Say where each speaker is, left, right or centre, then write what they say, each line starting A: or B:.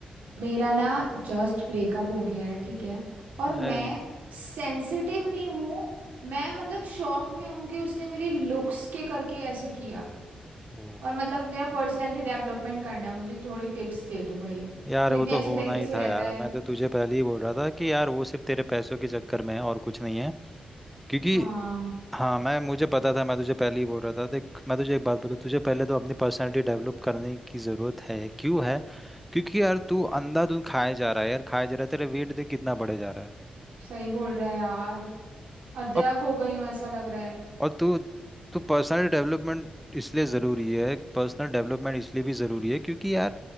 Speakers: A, on the right; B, in the centre.
A: मेरा ना जस्ट ब्रेकअप हो गया है ठीक है और
B: अरे
A: मैं सेंसिटिव नहीं हूँ मैं मतलब शॉक में हूँ कि उसने मेरे लुक्स के करके ऐसे किया
B: ओ
A: और मतलब मेरा पर्सनालिटी डेवलपमेंट करना है मुझे थोड़ी टिप्स दे तू भाई
B: यार
A: तू इतने
B: वो तो
A: अच्छे
B: होना
A: तरीके
B: ही
A: से
B: था
A: रहता
B: यार
A: है
B: मैं तो तुझे पहले ही बोल रहा था कि यार वो सिर्फ तेरे पैसों के चक्कर में है और कुछ नहीं है क्योंकि
A: हाँ
B: हाँ मैं मुझे पता था मैं तुझे पहले ही बोल रहा था देख मैं तुझे एक बात बोलूँ तुझे पहले तो अपनी पर्सनालिटी डेवलप करने की ज़रूरत है क्यों है क्योंकि यार तू अंधाधुंध खाए जा रहा है यार खाए जा रहा है तेरा वेट देख कितना बढ़े जा रहा है
A: सही बोल रहा है यार अदरक
B: और
A: हो गई हूँ ऐसा लग रहा है
B: और तू तो पर्सनल डेवलपमेंट इसलिए ज़रूरी है पर्सनल डेवलपमेंट इसलिए भी ज़रूरी है क्योंकि यार